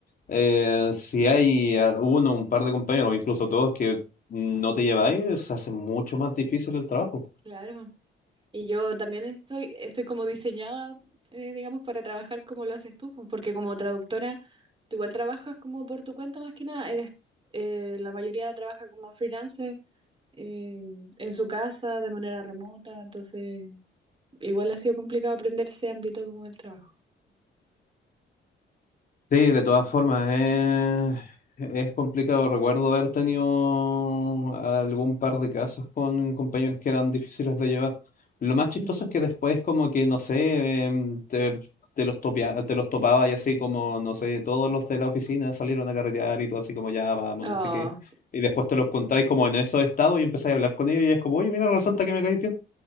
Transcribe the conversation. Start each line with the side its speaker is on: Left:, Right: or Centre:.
Left: eh, si hay a- uno, un par de compañeros, o incluso todos que no te lleváis, se hace mucho más difícil el trabajo.
Right: Claro. Y yo también estoy, estoy como diseñada, eh, digamos, para trabajar como lo haces tú, pues, porque como traductora, tú igual trabajas como por tu cuenta más que nada. Eres, eh, la mayoría trabaja como freelancer, eh, en su casa, de manera remota, entonces igual ha sido complicado aprender ese ámbito como del trabajo.
Left: Sí, de todas formas, es, es complicado. Recuerdo haber tenido algún par de casos con compañeros que eran difíciles de llevar. Lo más chistoso
Right: Mm.
Left: es que después como que, no sé, em, te, te los topia- te los topaba y así como, no sé, todos los de la oficina salieron a carretear y todo así como, ya, vamos,
Right: Oh,
Left: no sé qué. Y después te los encontráis como en esos estados y empezáis a hablar con ellos y es como, oye, mira, resulta que me caes bien.